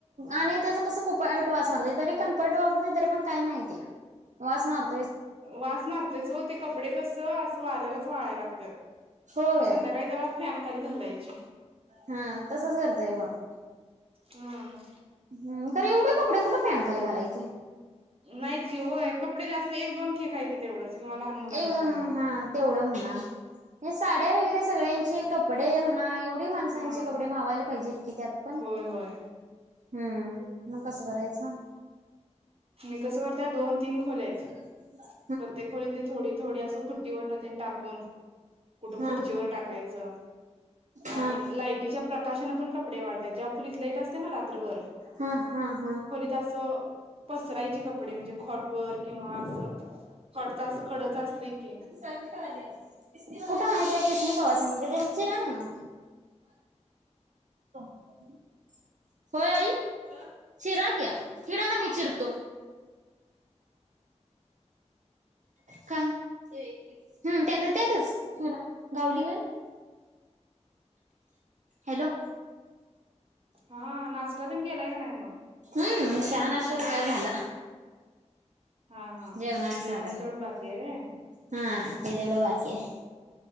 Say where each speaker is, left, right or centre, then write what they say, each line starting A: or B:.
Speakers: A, on the right; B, on the right.
A: आणि त्याचं कसं कुपरट वास मारत. तरी कणपरट वापरते तरी पण काही नाहीती. वास मार
B: वास मारतोयच हो. ते कपडे कस अस वाऱ्यालाच वाळाय लागतात.
A: होय
B: मग संध्याकाळी जरा फॅन खाली घालायचे.
A: हा तसच करतय मग.
B: हम्म.
A: हम्म खर एवढे कपडे कुठे पॅन खाली घालायचे.
B: नाहीच कि होय. कपडे जास्त एक दोन ठीक आहे की तेवढंच. किंवा लहान मुलांची
A: एक
B: म्हणा.
A: दोन हा तेवढं म्हणा. हे साड्या वगैरे सगळ्यांची कपडे म्हणा. एव ते माणसांचे
B: हा
A: कपडे मावायला पाहिजेत की त्यात पण.
B: होय होय
A: हम्म. मग कसं करायचं?
B: मी कस करत्या दोन तीन खोल्यायेत.
A: <inaudible>
B: प्रत्येक खोलीतनी थोडी थोडी असं खुट्टीवर न त्यांन टाकून. कुठं
A: हा
B: खुर्चीवर टाकायचं.
A: हा
B: आणि लाईटीच्या प्रकाशनं पण कपडे वाळतात. ज्या खोलीत लाईट असते ना रात्रभर.
A: ह ह ह.
B: तसं पसरायचे कपडे. म्हणजे कॉट वर किंवा असं कॉटच अस कडच असत की.
A: सानवी का आलीयस. कुठे आहे ते किसमिक. वाचन बगर चिरा म्हनाव. <inaudible> होय आई. चिराकी, इकिडं आणा मी चिरतो. काय हम्म त्यात त्यातच सोडा गावलीवर. हॅलो.
B: हा नाश्ता तेण केलाय का नाही मग?
A: हम्म चहा नाश्ता सगळा झाला.
B: हा हा
A: जेवणाच
B: जेवण
A: चालू
B: तेवढं बाकीेय व्हय?
A: हा ते तेवढं बाकी आय.